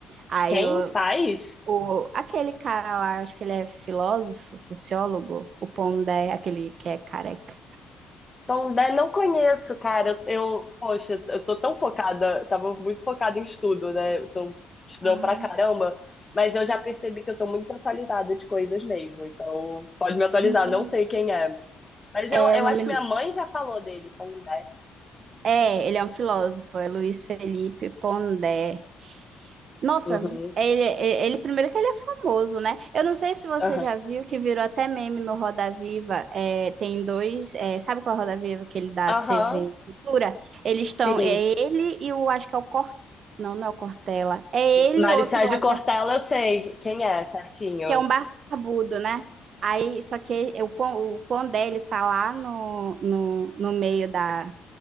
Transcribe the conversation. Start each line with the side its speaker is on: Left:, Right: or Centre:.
Right: Aí
Left: Quem
Right: eu,
Left: faz?
Right: o, aquele cara lá, acho que ele é filósofo, sociólogo, o Pondé, aquele que é careca.
Left: Então, né, não conheço, cara. Eu, eu- poxa, eu tô tão focada, tava muito focada em estudo, né? Eu tô estudando
Right: Ah.
Left: pra caramba, mas eu já percebi que eu tô muito desatualizada de coisas mesmo. Então, pode me atualizar,
Right: Hum.
Left: não sei quem é. Mas eu,
Right: É,
Left: eu
Right: o nome...
Left: acho que minha mãe já falou dele, Pondé.
Right: É, ele é um filósofo, é Luiz Felipe Pondé. Nossa,
Left: Uhum.
Right: ele, ele primeiro que ele é famoso, né? Eu não sei se você
Left: Aham.
Right: já viu que virou até meme no Roda Viva. É, tem dois, é, sabe qual é o Roda Viva que ele dá
Left: Aham.
Right: TV Cultura? Eles estão,
Left: Sim.
Right: é ele e o, acho que é o Cor, não, não é o Cortella. É ele
Left: Mário
Right: e outro
Left: Sérgio
Right: lá
Left: Cortella,
Right: que é,
Left: eu sei quem é, certinho.
Right: que é um barbudo, né? Aí, só que o pão, o pão dele tá lá no, no, no meio da,